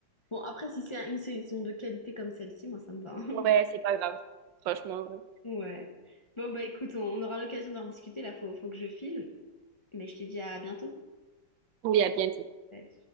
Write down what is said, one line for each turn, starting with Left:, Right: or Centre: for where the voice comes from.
Left: Bon, après, si c'est une saison de qualité comme celle-ci, moi, ça me va. <laughs>
Right: <laughs> ouais, c'est pas grave. Franchement, ouais.
Left: Ouais. Bon, bah écoute, on, on aura l'occasion d'en discuter. Là, faut, faut que je file. Mais je te dis à bientôt.
Right: il y a bien
Left: Salut.